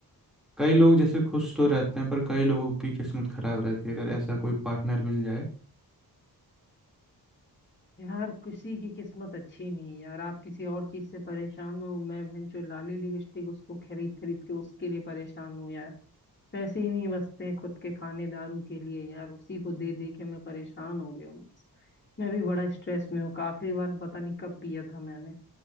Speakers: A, in the centre; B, on the left.
A: कई लोग जैसे खुश तो रहते हैं पर कई लोगों की किस्मत खराब रहती है अगर ऐसा कोई पार्टनर मिल जाए
B: यार किसी की किस्मत अच्छी नहीं है यार आप किसी और चीज से परेशान हो मैं भैंचो लाली लिपस्टिक उसको खरीद खरीद के उसके लिए परेशान हूँ यार पैसे ही नहीं बचते हैं खुद के खाने दारू के लिए यार उसी को दे दे के मैं परेशान हो गया हूँ मैं भी बड़ा स्ट्रेस में हूँ आखिरी बार पता नहीं कब पिया था मैंने